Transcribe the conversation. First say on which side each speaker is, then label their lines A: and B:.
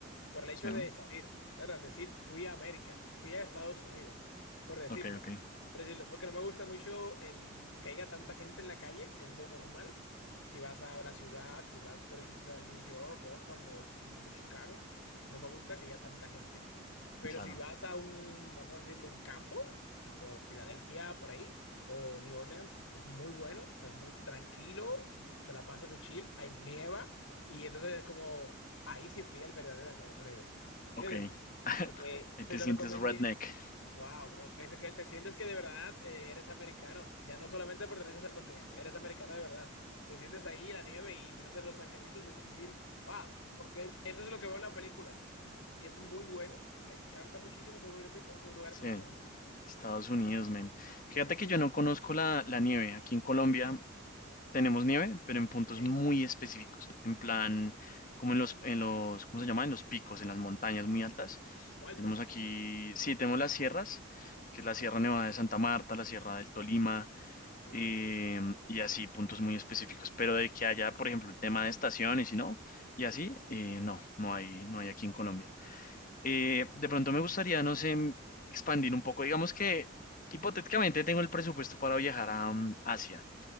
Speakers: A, on the left; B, on the left.
A: Por el hecho
B: sí.
A: de salir, ¿verdad? Decir, fui a América, fui a Estados Unidos, por decirlo.
B: Ok, ok,
A: Por decirlo, porque no me gusta mucho el que haya tanta gente en la calle, que es lo normal. Si vas a la ciudad, si vas, por ejemplo, a New York, Boston o ch- mismo Chicago, no me gusta que haya tanta gente. Pero
B: claro,
A: si vas a un, vamos a decirlo, un campo, tipo Filadelfia, por ahí, o New Orleans, es muy bueno, o sea, es muy tranquilo, te la pasas de chill, hay nieva. Y entonces es como, ahí sí fui al verdadero Estados Unidos.
B: ok.
A: ¿Entiendes?
B: <laughs>
A: Porque
B: Ahí
A: te
B: te
A: lo
B: sientes
A: recomendé.
B: redneck.
A: Wow, bro. Te, que te sientes que de verdad eh, eres americano. Ya no solamente perteneces al continente, eres americano de verdad. Te sientes ahí en la nieve y empiezas a hacer los angelitos y decir, wow, porque eso es lo que veo en la película. Y es muy bueno, me encanta muchísimo, porque repito, esos lugares
B: Sí,
A: son buenísimos.
B: Estados Unidos, men. Fíjate
A: Buenísimos,
B: que yo no conozco la, la nieve. Aquí en Colombia tenemos nieve, pero en puntos
A: ¿ok?
B: muy específicos. En plan, como en los, en los, ¿cómo se llama? En los picos, en las montañas muy altas.
A: Como Alpes.
B: Tenemos
A: cosas
B: aquí,
A: así,
B: sí, tenemos las sierras, que es la Sierra Nevada de Santa Marta, la Sierra del Tolima,
A: Ok.
B: eh, y así puntos muy específicos. Pero de que haya, por ejemplo, el tema de estaciones y si no, y así, eh, no, no hay, no hay aquí en Colombia. Eh, de pronto me gustaría, no sé, m- expandir un poco. Digamos que hipotéticamente tengo el presupuesto para viajar a mm, Asia.